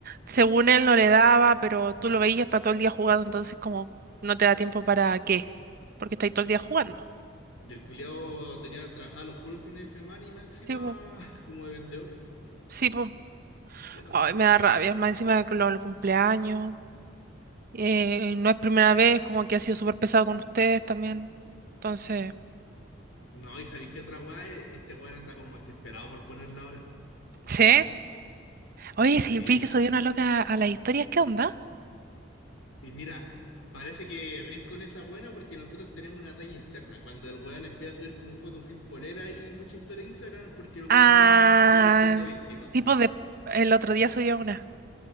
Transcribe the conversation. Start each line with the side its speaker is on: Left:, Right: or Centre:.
Right: Según él no le daba, pero tú lo veías, está todo el día jugando, entonces como no te da tiempo para qué, porque estáis todo el día jugando.
Left: Y el culiado tenía, trabajaba los puros fines de semana y más encima
Right: Sí, pues,
Left: <laughs> como de vendedor.
Right: sí, pues.
Left: ¿Qué tanta
Right: Ay, me
Left: weá?
Right: da rabia, más encima de que lo- los cumpleaños. Eh, y no es primera vez, como que ha sido súper pesado con ustedes también. Entonces,
Left: No, y sabéis qué otra weá, E, este weón anda como desesperado por ponerla ahora.
Right: ¿Sí? oye,
Left: Sí,
Right: sí, vi que subió una loca a las historias, ¿qué onda?
Left: Y mira, parece que rir con esa buena porque nosotros tenemos una talla interna. Cuando el weón empieza a subir como fotos sin polera y mucha historia de Instagram es porque el weón
Right: Ah,
Left: anda buscando víctimas.
Right: Tipo de, el otro día subió una.